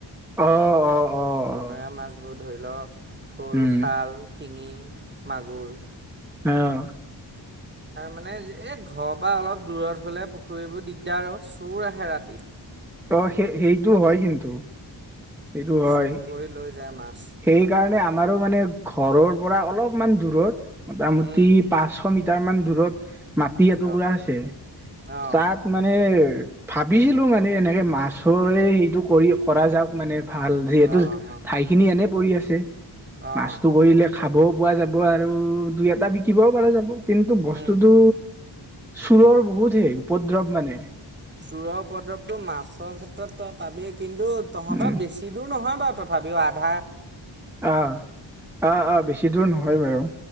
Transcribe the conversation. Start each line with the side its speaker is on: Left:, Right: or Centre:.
Centre: অ অ অ অ',
Right: বনৰীয়া মাছবোৰ ধৰি লওক শ'ল
Centre: উম,
Right: শাল শিঙি মাগুৰ
Centre: অহ
Right: মানে এই ঘৰৰ পৰা অলপ দূৰত হ'লে পুখুৰীবোৰ দিগদাৰ আৰু চোৰ আহে ৰাতি
Centre: অ সেই সেইটো হয় কিন্তু সেইটো হয়
Right: চোৰ কৰি লৈ যায় মাছ
Centre: সেইকাৰণে আমাৰো মানে ঘৰৰ পৰা অলপমান দূৰত মোটামুটি
Right: উম,
Centre: পাঁচশ মিটাৰ মান দূৰত মাটি এটুকুৰা
Right: অহ,
Centre: আছে
Right: অহ,
Centre: তাত মানে ভাবিছিলো মানে এনেকে মাছৰে সেইটো কৰি কৰা যাওক মানে ভাল যিহেতু
Right: অহ,
Centre: ঠাইখিনি এনেই পৰি আছে
Right: অহ,
Centre: মাছটো কৰিলে খাব পোৱা যাব আৰু দুই এটা বিকিবও প যাব কিন্তু বস্তুতটো
Right: উম।
Centre: চোৰৰ বহুত হেই উপদ্ৰৱ মানে
Right: চোৰৰ উপ্ৰদ্ৰৱতটো মাছৰ ক্ষেত্ৰত পাবি কিন্তু তহঁতৰ
Centre: উম
Right: বেছি দূৰ নহয় তথাপিও আধাৰ
Centre: আহ আহ আহ বেছি দূৰ নহয় বাৰু